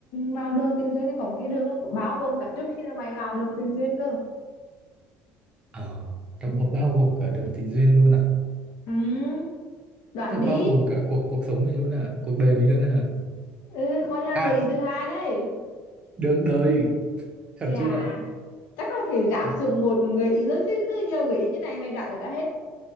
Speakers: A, on the left; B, on the right.
A: vào đường tình duyên thì còn cái đường nó có bao gồm cả trước khi mà mày vào đường tình duyên cơ
B: Ờ, nó bao bao gồm cả đường tình duyên luôn à?
A: ừ đoạn
B: Thế bao
A: đi
B: gồm cả cuộc cuộc sống mình luôn à? Cuộc đời mình luôn à?
A: ừ coi như là
B: À,
A: gợi ý thứ hai đấy
B: đường đời, chuẩn
A: chà
B: chưa?
A: chắc là phải giảm
B: Ờ,
A: xuống một gợi ý nữa chứ cứ nhiều gợi ý như này mày đoạn được ra hết